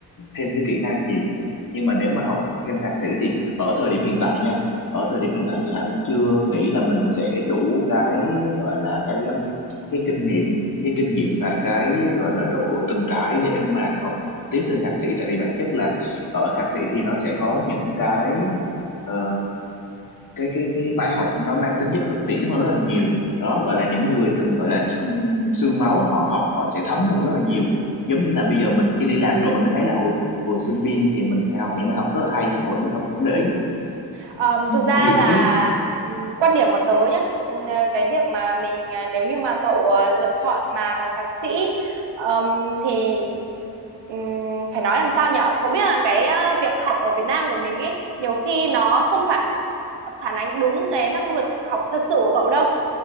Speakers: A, on the left; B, on the right.
A: thêm cái kỹ năng gì nhưng mà nếu mà học thêm thạc sĩ thì ở thời điểm hiện tại nha ở
B: ừ,
A: thời điểm hiện tại thì Hải vẫn chưa nghĩ là mình sẽ đủ cái gọi là cái um, cái kinh nghiệm cái kinh nghiệm và cái gọi là độ từng trải để mà học tiếp lên thạc sĩ tại vì bản chất là ở thạc sĩ thì nó sẽ có những cái ờ, cái cái cái bài học nó mang tính
B: ừ.
A: chất thực tiễn hơn rất là nhiều đó gọi là những người từng gọi là s- xương máu họ học họ sẽ thấm hơn rất là nhiều giống như là bây giờ mình khi đi làm rồi mình mới thấy là hồi hồi sinh viên thì mình sẽ học những bài học rất là hay nhưng mà hồi đó mình không không để ý
B: Ờ,
A: nó
B: thực ra
A: bị
B: là
A: tiếc
B: ừ, quan điểm của tớ nhá ừ, cái việc mà mình à, nếu như mà cậu à, lựa chọn mà học thạc sĩ ừm, thì ừm, phải nói làm sao nhở cậu biết là cái à, việc học ở Việt Nam của mình ấy nhiều khi nó không phản phản ánh đúng cái năng lực học thật sự của cậu đâu